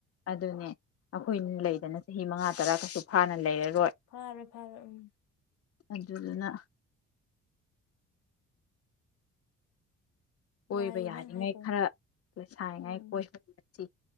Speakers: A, on the left; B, on the left.
A: ꯑꯗꯨꯅꯦ ꯑꯩꯈꯣꯏꯅ ꯂꯩꯗꯅ ꯆꯍꯤ ꯃꯉꯥ ꯇꯔꯥ ꯀꯁꯨ ꯐꯥꯅ ꯂꯩꯔ
B: ꯐꯥꯔꯣꯏ ꯐꯥꯔꯣꯏ ꯎꯝ
A: ꯑꯗꯨꯗꯨꯅ ꯀꯣꯏꯕ
B: ꯌꯥꯏꯌꯦ
A: ꯌꯥꯔꯤꯉꯩ
B: ꯅꯪ ꯍꯥꯏꯗꯣ
A: ꯈꯔ ꯂꯣꯏꯁꯥꯔꯤꯉꯩ
B: ꯎꯝ
A: ꯀꯣꯏꯍꯁꯤ